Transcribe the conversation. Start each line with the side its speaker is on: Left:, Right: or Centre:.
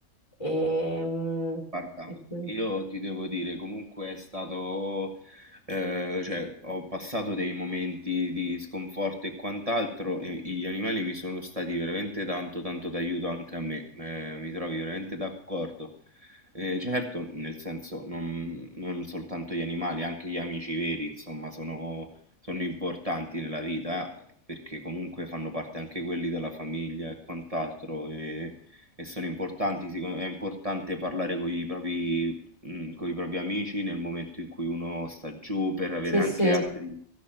Left: Ehm,
Right: Guarda,
Left: e quindi-
Right: io ti devo dire, comunque è stato, eh, cioè, ho passato dei momenti di sconforto e quant'altro e gli animali mi sono stati veramente tanto, tanto d'aiuto anche a me, eh, mi trovi veramente d'accordo. Eh, certo, nel senso, non, non soltanto gli animali, anche gli amici veri, insomma, sono, sono importanti nella vita, eh, perché comunque fanno parte anche quelli della famiglia e quant'altro. E e sono importanti, secondo- me è importante parlare con i propri, mm, con i propri amici nel momento in cui uno sta giù per avere
Left: sì,
Right: anche
Left: sì.
Right: altri